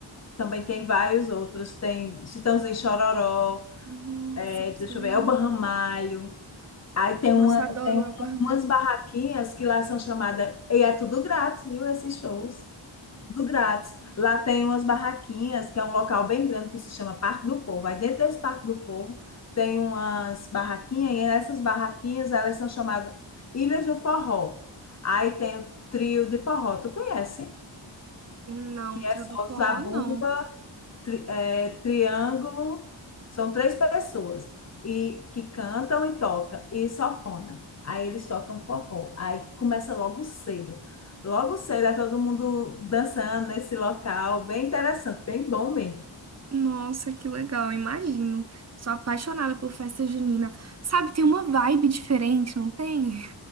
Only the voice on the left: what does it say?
também tem vários outros. Tem Chitãozinho e Chororó,
é,
deixa
eu ver, Elba Ramalho. Aí tem,
uma,
tem
umas barraquinhas que lá são chamadas. E é tudo grátis, viu? Esses shows. Tudo grátis. Lá tem umas barraquinhas, que é um local bem grande que se chama Parque do Povo. Aí dentro desse Parque do Povo tem umas barraquinhas, e essas barraquinhas elas são chamadas Ilhas do Forró. Aí tem o trio de forró, tu conhece?
Que
é só
os zabumba,
tri- é, triângulo, são três pessoas e que cantam e tocam e sanfona. Aí eles tocam forró. Aí começa logo cedo. Logo cedo é todo mundo dançando nesse local, bem interessante, bem bom mesmo.